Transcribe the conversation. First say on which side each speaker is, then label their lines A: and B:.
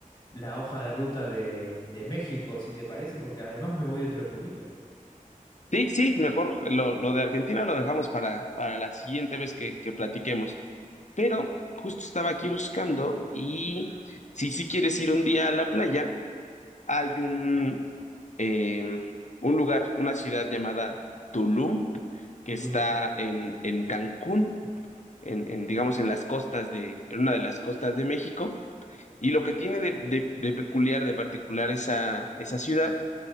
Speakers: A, on the left (about 30°); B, on the left (about 55°).
A: la hoja de ruta de, de México, si te parece, porque además me voy dentro de poquito.
B: Sí, sí, mejor lo, lo de Argentina lo dejamos para, para la siguiente vez que, que platiquemos. Pero justo estaba aquí buscando y si sí quieres ir un día a la playa, hay un, eh, un lugar, una ciudad llamada Tulum, que
A: Tulum.
B: está en, en Cancún, en, en, digamos en las costas de, en una de las costas de México. Y lo que tiene de, de- de peculiar, de particular esa, esa ciudad